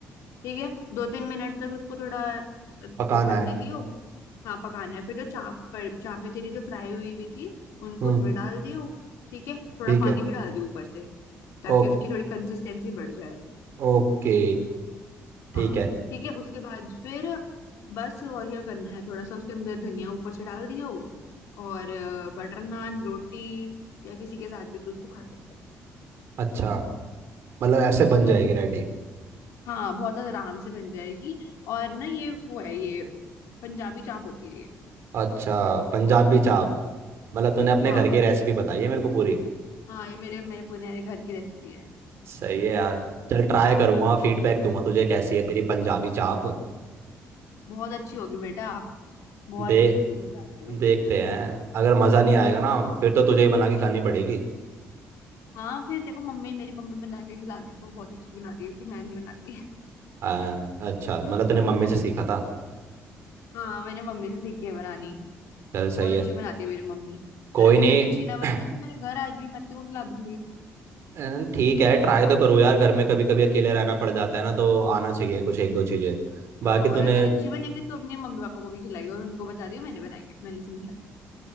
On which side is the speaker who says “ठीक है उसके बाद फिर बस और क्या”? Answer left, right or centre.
Left